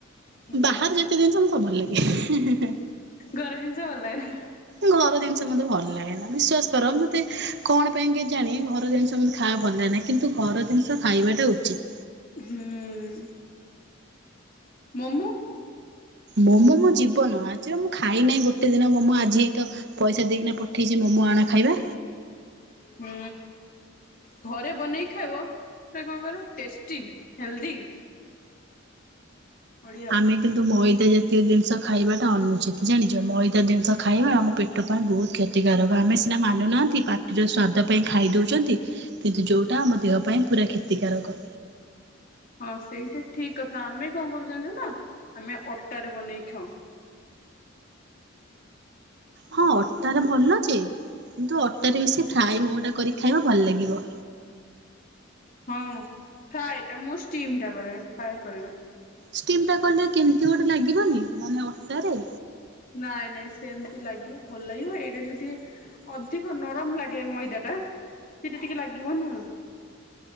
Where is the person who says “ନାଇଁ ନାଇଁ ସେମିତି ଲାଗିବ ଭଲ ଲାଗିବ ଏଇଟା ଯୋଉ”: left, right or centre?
Left